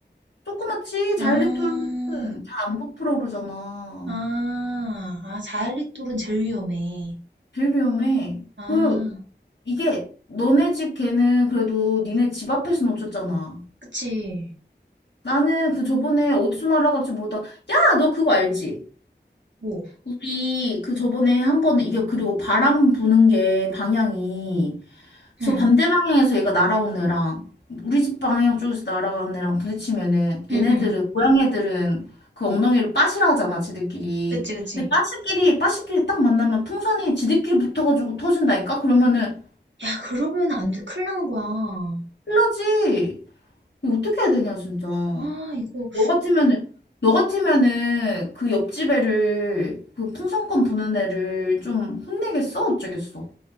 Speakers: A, on the left (about 70°); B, on the right (about 80°).
A: 조그맣지 자일리토는
B: 아,
A: 잘 안 부풀어 오르잖아.
B: 아, 아, 자일리톨은 제일 위험해.
A: 제일 위험해.
B: 아,
A: 그 이게 너네 집 개는 그래도 니네 집 앞에서 놓쳤잖아.
B: 그치.
A: 나는 그 저번에 어디서 날아갈지 모르다. 야, 너 그거 알지?
B: 뭐,
A: 우리 그 저번에 한 번은 이게 그리고 바람 부는 게 방향이 저
B: 응,
A: 반대 방향에서 얘가 날아온 애랑 우리 집 방향 쪽에서 날아가는 애랑 부딪히면은
B: 응,
A: 얘네들은
B: 응.
A: 고양 애들은 그 엉덩이를 빠시라 하잖아 지들끼리
B: 그치, 그치.
A: 근데 빠시끼리 빠시끼리 딱 만나면 풍선이 지들끼리 붙어가지고 터진다니까 그러면은
B: 야, 그러면 안 돼. 큰일 나는 거야.
A: 큰일나지 이거 어떻게 해야 되냐 진짜 너
B: 아, 이거,
A: 같으면은 너 같으면은 그 옆집 애를 그 풍선껌 부는 애를 좀 혼내겠어 어쩌겠어